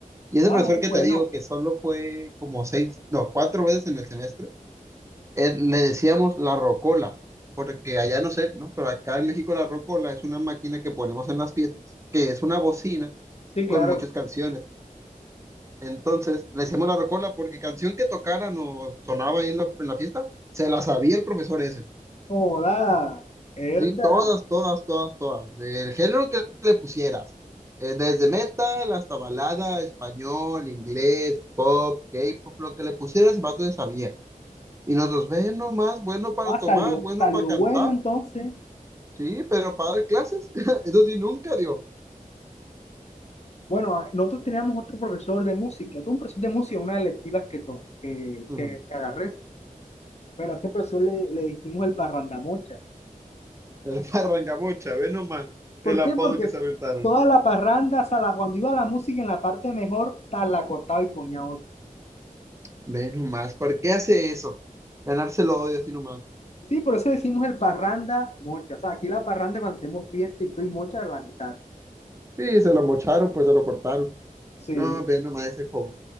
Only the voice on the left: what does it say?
Ah,
no,
bueno.
Sí,
claro.
Joda, herda.
Ah,
salió,
salió
bueno entonces.
Bueno, ah, nosotros teníamos otro profesor de música, tuve un profesor de música, una de las electivas que, to- que,
que, que agarré, pero a ese profesor le, le dijimos el parrandamocha.
¿Por
qué? Porque
toda la parranda, o sea, la- cuando iba la música en la parte mejor, tal, la cortaba y ponía otra.
Sí, por eso decimos el parranda mocha. O sea, aquí la parranda cuando hacemos fiesta y estoy mocha a la mitad.
Sí.